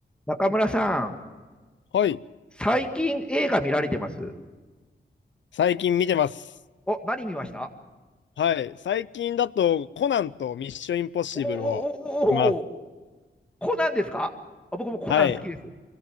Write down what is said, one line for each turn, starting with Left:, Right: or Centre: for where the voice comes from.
Centre: 中村さん、
Left: はい。
Centre: 最近映画見られてます
Left: 最近見てます。
Centre: お、何見ました
Left: はい。最近だと、コナンとミッションインポッシブルを見ます。
Centre: おーおーおーおーおーコナンですかあ僕もコナン好きです。
Left: はい。